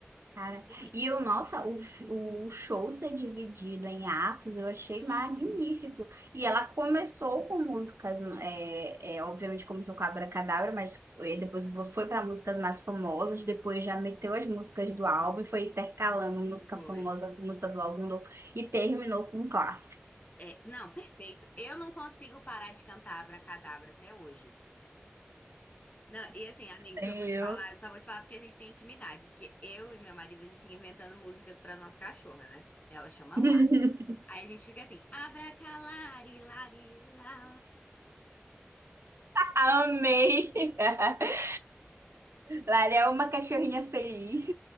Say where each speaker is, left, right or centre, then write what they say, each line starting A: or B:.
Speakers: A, on the right; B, on the left.
A: cara.
B: simplesmente.
A: E o nossa, o, f- o show ser dividido em atos, eu achei
B: Hum,
A: magnífico. E ela começou com músicas, é, é, obviamente começou com Abracadabra, mas foi- depois
B: uhum,
A: vo- foi para músicas mais famosas, depois já meteu as músicas do álbum e foi intercalando música
B: foi.
A: famosa com música do álbum novo, e terminou com um clássico.
B: É, não, perfeito. Eu não consigo parar de cantar Abracadabra até hoje. Não, e assim, amigo, o
A: Eu.
B: que eu vou te falar, eu só vou te falar porque a gente tem intimidade. Porque eu e meu marido, a gente fica inventando músicas pra nossa cachorra, né? Ela chama
A: <laughs>
B: Lara. Aí a gente fica assim, abracalari, lari, lá.
A: Amei! <laughs> Lara é uma cachorrinha feliz.